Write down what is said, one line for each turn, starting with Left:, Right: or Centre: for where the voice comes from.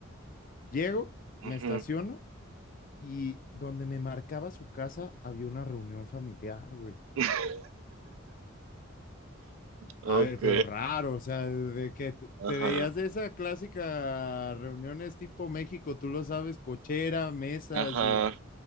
Left: llego,
Right: ujú.
Left: me estaciono y donde me marcaba su casa había una reunión familiar, güey.
Right: <laughs> Ok,
Left: A ver, pero raro, o sea, de que te
Right: ajá,
Left: te veías de esa clásica reuniones tipo México, tú lo sabes, cochera, mesas
Right: ajá,
Left: y